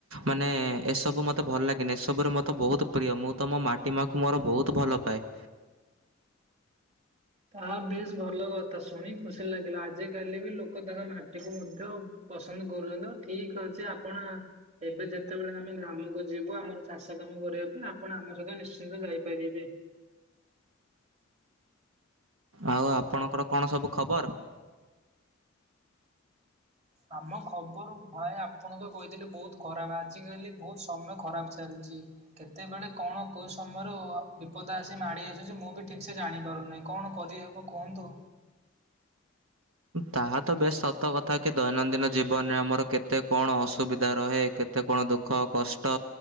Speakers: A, on the right; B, on the right.
A: ମାନେ ଏସବୁ ମତେ ମତେ ଭଲ ଲାଗେନି, ଏସବୁ ମୋତେ ବହୁତ ପ୍ରିୟ ମୁଁ ତ ମୋ ମାଟି ମା କୁ ମୋର ବହୁତ ଭଲ ପାଏ।
B: ତାହା ବେଶ ଭଲ କଥା, ଶୁଣି କି ଖୁସି ଲାଗିଲା, ଆଜି କାଲି ବି ଲୋକ ତାଙ୍କ ମାଟି କୁ ମଧ୍ୟ ପସନ୍ଦ କରୁଛନ୍ତି, ହଉ ଠିକ ଅଛି ଆପଣ ଏବେ ଯେତେବେଳେ ଆମେ ଗ୍ରାମକୁ ଯିବୁ ଆମର ଚାଷ କାମ କରିବା ପାଇଁ ଆପଣ ଆମ ସହିତ ନିଶ୍ଚିନ୍ତ ଯାଇପାରିବେ।
A: ଆଉ ଆପଣଙ୍କର କଣ ସବୁ ଖବର?
B: ଆମ ଖବର ଭାଇ ଆପଣ ତ କହିଥିଲେ ବହୁତ ଖରାପ ଆଜିକାଲି ବହୁତ ସମୟ ଖରାପ ଚାଲିଛି। କେତେବେଳେ କଣ କୋଉ ସମୟରୁ ବିପଦ ଆସି ମାଡି ଆସୁଛି ମୁଁ ବି ଠିକ ସେ ଜାଣି ପାରୁନାହିଁ କଣ କରିହବ କୁହନ୍ତୁ।
A: ତାହା ତ ବେଶ ସତ କଥା କି ଦୈନନ୍ଦିନ ଜୀବନରେ ଆମର କେତେ କଣ ଅସୁବିଧା ରହେ କେତେ କଣ ଦୁଃଖ କଷ୍ଟ